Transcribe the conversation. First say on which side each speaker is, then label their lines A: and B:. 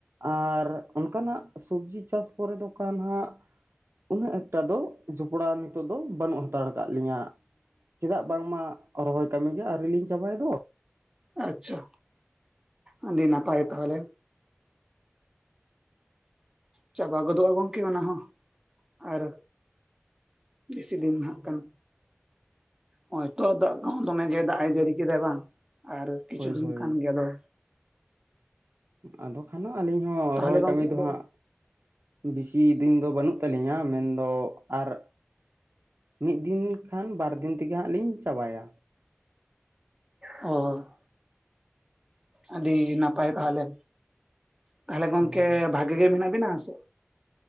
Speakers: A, on the right; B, on the right.
A: ᱟᱨ ᱚᱱᱠᱟᱱᱟᱜ ᱥᱚᱵᱽᱡᱤ ᱪᱟᱥ ᱠᱚᱨᱮ ᱫᱚ ᱠᱟᱱ ᱦᱟᱸᱜᱼᱼ ᱩᱱᱟᱹᱜ ᱮᱠᱴᱟ ᱫᱚ ᱡᱚᱯᱲᱟᱣ ᱱᱤᱛᱚᱜ ᱫᱚ ᱵᱟᱹᱱᱩᱜ ᱦᱟᱛᱟᱲ ᱠᱟᱫ ᱞᱤᱧᱟᱹ᱾ ᱪᱮᱫᱟᱜ ᱵᱟᱝᱢᱟ ᱨᱚᱦᱚᱭ ᱠᱟᱹᱢᱤᱜᱮ ᱟᱹᱣᱤᱞᱤᱧ ᱪᱟᱵᱟᱭ ᱫᱚ᱾
B: ᱟᱪᱪᱷᱟ ᱟᱵᱤ ᱱᱟᱯᱟᱭ ᱛᱟᱦᱚᱞᱮ᱾ ᱪᱟᱵᱟ ᱜᱚᱫᱚᱜᱼᱟ ᱜᱚᱢᱠᱮ ᱚᱱᱟ ᱦᱚᱸ ᱟᱨᱼᱼ ᱵᱮᱥᱤ ᱫᱤᱱ ᱱᱟᱦᱟᱜ ᱠᱟᱱᱼᱼ ᱦᱚᱭᱛᱚ ᱫᱟᱜ ᱠᱚᱦᱚᱸ ᱫᱚᱢᱮ ᱜᱮ ᱫᱟᱜ ᱮ ᱡᱟᱹᱲᱤ ᱠᱮᱫᱟ ᱵᱟᱝ ᱟᱨ ᱠᱤᱪᱷᱩ
A: ᱦᱳᱭ
B: ᱫᱤᱱ
A: ᱦᱳᱭ
B: ᱠᱟᱱ ᱜᱮ ᱟᱫᱚ᱾
A: ᱟᱫᱚ ᱠᱷᱟᱱ ᱦᱚ ᱟᱹᱞᱤᱧ ᱦᱚᱸ
B: ᱛᱟᱦᱚᱞᱮ
A: ᱨᱚᱦᱚᱭ
B: ᱜᱚᱝᱠᱮ
A: ᱠᱟᱹᱢᱤ ᱫᱚ
B: ᱟᱫᱚ
A: ᱦᱟᱸᱜᱼᱼ ᱵᱤᱥᱤ ᱫᱤᱱ ᱫᱚ ᱵᱟᱹᱱᱩᱜ ᱛᱟᱞᱤᱧᱟ ᱢᱮᱱᱼᱫᱚ ᱟᱨᱼᱼ ᱢᱤᱫ ᱫᱤᱱ ᱠᱷᱟᱱ ᱵᱟᱨ ᱫᱤᱱ ᱛᱮᱜᱮ ᱦᱟᱸᱜ ᱞᱤᱧ ᱪᱟᱵᱟᱭᱟ᱾
B: ᱚ᱾ ᱟᱹᱰᱤ ᱱᱟᱯᱟᱭ ᱛᱟᱦᱚᱞᱮ ᱛᱟᱦᱚᱞᱮ ᱜᱚᱝᱠᱮ
A: ᱦᱳᱭ ᱦᱳᱭ
B: ᱵᱷᱟᱜᱤ ᱜᱮ ᱢᱮᱱᱟᱜ ᱵᱤᱱᱟ ᱥᱮ?